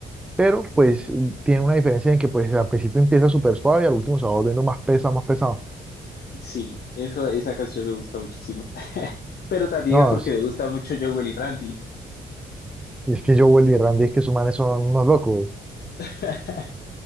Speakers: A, in the centre; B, on the left (about 55°).
A: pero pues tiene una diferencia en que pues al principio empieza súper suave y al último se va volviendo más pesado, más pesado.
B: Sí, eso, esa canción me gusta muchísimo. <laughs> Pero también
A: No,
B: es porque
A: es,
B: me gusta mucho Jowell y Randy.
A: es que Joel y Randy es que sus manes son unos locos.
B: <laughs>